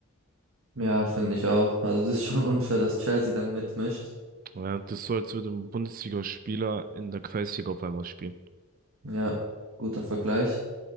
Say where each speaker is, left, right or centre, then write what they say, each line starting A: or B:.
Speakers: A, on the right; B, on the right.
A: Ja, finde ich auch. Also das ist schon <laughs> unfair, dass Chelsea dann mitmischt.
B: Ja, das ist so, als würde ein Bundesligaspieler in der Kreisliga auf einmal spielen.
A: Ja, guter Vergleich.